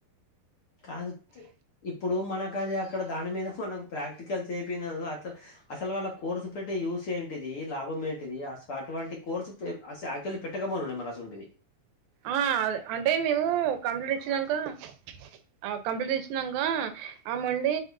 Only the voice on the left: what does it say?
కాదు. ఇప్పుడు మనకది అక్కడ దాని మీద మనకు ప్రాక్టికల్ చేపినను అట్ల అసల్ వాళ్ళక్ కోర్సు పెట్టే యూస్ ఏంటి దీ లాభం ఏంటిది అస అటువంటి కోర్సు అస ఆక్చువల్లి పెట్టకపోనుండే మర్ అసంటిది